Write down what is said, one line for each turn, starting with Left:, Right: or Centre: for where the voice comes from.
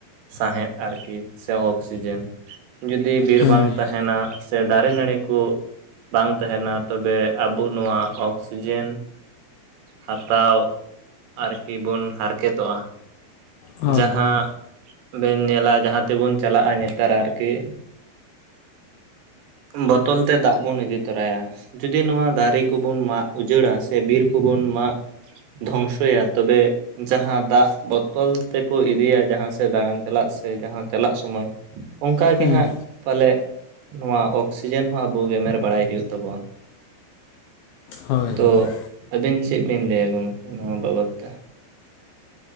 Right: ᱥᱟᱸᱦᱮᱫᱽ ᱟᱨᱠᱤ ᱥᱮ ᱚᱠᱥᱤᱡᱮᱱ ᱡᱩᱫᱤ ᱵᱤᱨ
Left: ᱦᱮᱸ
Right: ᱵᱟᱝ ᱛᱟᱦᱮᱱᱟ ᱥᱮ ᱫᱟᱨᱮ ᱱᱟᱹᱲᱤ ᱠᱚ ᱵᱟᱝ ᱛᱟᱦᱮᱱᱟ ᱛᱚᱵᱮ ᱟᱵᱚ ᱱᱚᱣᱟ ᱚᱠᱥᱤᱡᱮᱱ ᱦᱟᱛᱟᱣ ᱟᱨᱠᱤ ᱵᱚᱱ ᱦᱟᱨᱠᱮᱛᱚᱜᱼᱟ
Left: ᱦᱳᱭ
Right: ᱡᱟᱦᱟᱸ
Left: ᱦᱳᱭ
Right: ᱵᱮᱱ ᱧᱮᱞᱟ ᱡᱟᱦᱟᱸ ᱛᱮᱵᱚᱱ ᱪᱟᱞᱟᱜᱼᱟ ᱱᱮᱛᱟᱨ ᱟᱨᱠᱤ ᱵᱚᱛᱚᱞ ᱛᱮ ᱫᱟᱜᱽ ᱵᱚᱱ ᱤᱫᱤ ᱛᱟᱨᱟᱭᱟ ᱡᱩᱫᱤ ᱱᱚᱣᱟ ᱫᱟᱨᱮ ᱠᱚᱵᱚᱱ ᱢᱟᱜᱽ ᱩᱡᱟᱹᱲᱟ ᱥᱮ ᱵᱤᱨ ᱠᱚᱵᱚᱱ ᱢᱟᱜᱽ ᱫᱷᱚᱝᱥᱚᱭᱟ ᱛᱚᱵᱮ ᱡᱟᱦᱟᱸ ᱫᱟᱜᱽ ᱵᱚᱛᱚᱞ ᱛᱮᱠᱚ ᱤᱫᱤᱭᱟ ᱡᱟᱦᱟᱸ ᱥᱮᱫ ᱫᱟᱬᱟᱱ ᱪᱟᱞᱟᱜ ᱥᱮ ᱡᱟᱦᱟᱸ ᱪᱟᱞᱟᱜ ᱥᱚᱢᱚᱭ ᱚᱱᱠᱟ ᱜᱮ
Left: ᱦᱮᱸ
Right: ᱦᱟᱸᱜ ᱯᱟᱞᱮᱜ ᱱᱚᱣᱟ ᱚᱠᱥᱤᱡᱮᱱ ᱦᱚᱸ ᱟᱵᱚ ᱜᱮᱢᱮᱨ ᱵᱟᱲᱟᱭ ᱦᱩᱭᱩᱜ ᱛᱟᱵᱚᱱᱟ᱾
Left: ᱦᱳᱭ
Right: ᱛᱚ
Left: ᱦᱳᱭ
Right: ᱟᱹᱵᱤᱱ ᱪᱮᱫ ᱵᱤᱱ ᱞᱟᱹᱭᱟ ᱜᱚᱝᱠᱮ ᱱᱚᱣᱟ ᱵᱟᱵᱚᱫ ᱛᱮ